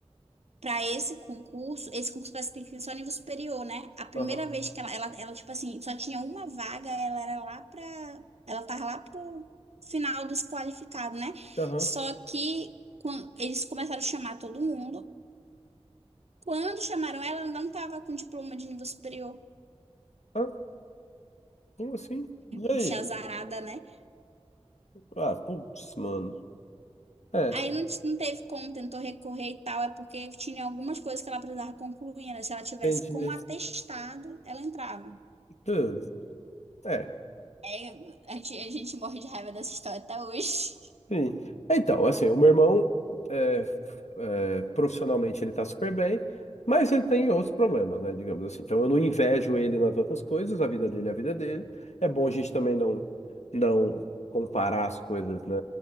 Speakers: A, on the right; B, on the left.
A: para esse concurso, esse concurso parece que tem que ser só nível superior, né? A primeira
B: aham,
A: vez que ela, ela, ela, tipo assim, só tinha uma vaga, ela era lá pra. Ela tava lá pro final dos qualificados, né?
B: aham.
A: Só que quan- eles começaram a chamar todo mundo. Quando chamaram ela, ela não tava com diploma de nível superior.
B: Ah, como assim? E aí?
A: Bicha azarada, né?
B: Ah, putz, mano. É,
A: Aí não, t- não teve como, tentou recorrer e tal, é porque tinha algumas coisas que ela precisava concluir, né? Se ela tivesse
B: entendi.
A: com atestado, ela entrava.
B: Pô, É,
A: É, a gente, a gente morre de raiva dessa história até hoje.
B: Sim. Então, assim, o meu irmão, é, é, profissionalmente, ele tá super bem, mas ele tem outros problemas, né, digamos assim. Então, eu não invejo ele nas outras coisas, a vida dele é a vida dele. É bom a gente também não, não comparar as coisas, né?